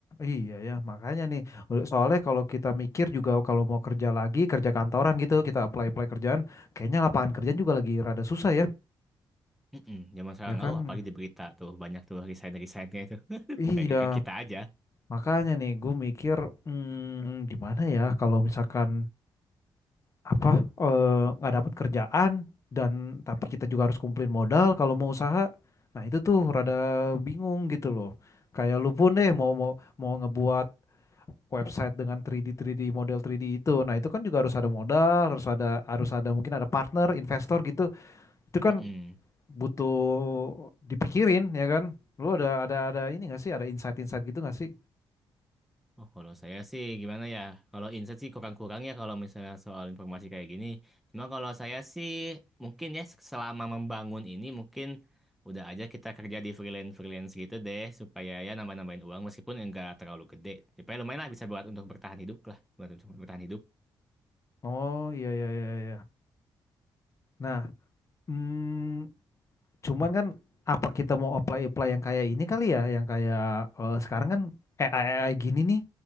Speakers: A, on the left (about 35°); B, in the centre.
A: iya ya, makanya nih. Soalnya kalau kita mikir juga kalau mau kerja lagi, kerja kantoran gitu, kita apply-apply kerjaan, kayaknya lapangan kerjaan juga lagi rada susah ya.
B: Mm-mm, zaman sekarang
A: Ya kan?
B: oh, apalagi di berita tuh banyak tuh resign-resignnya itu. <laughs> Aduh,
A: Iya,
B: Saya kayak kita aja.
A: makanya nih, gue mikir, hmm, gimana ya kalau misalkan apa eh, nggak dapat kerjaan dan tapi kita juga harus kumpulin modal kalau mau usaha. Nah, itu tuh rada bingung gitu loh. Kayak lu pun deh mau mau mau ngebuat website dengan 3D 3D model 3D itu. Nah, itu kan juga harus ada modal, harus ada harus ada mungkin ada partner, investor gitu. Itu kan
B: Mm-mm.
A: butuh dipikirin ya kan. Lu ada ada ada ini nggak sih? Ada insight-insight gitu nggak sih?
B: Oh, kalau saya sih gimana ya? Kalau insight sih kurang-kurang ya kalau misalnya soal informasi kayak gini. Cuma kalau saya sih mungkin ya selama membangun ini mungkin udah aja kita kerja di freelance-freelance gitu deh supaya ya nambah-nambahin uang meskipun enggak terlalu gede. Supaya lumayan lah bisa buat untuk bertahan hidup lah, buat untuk bertahan hidup.
A: Oh, iya iya iya iya. Nah, mm, Cuman kan apa kita mau apply-apply yang kayak ini kali ya, yang kayak eh, sekarang kan AI, AI gini nih,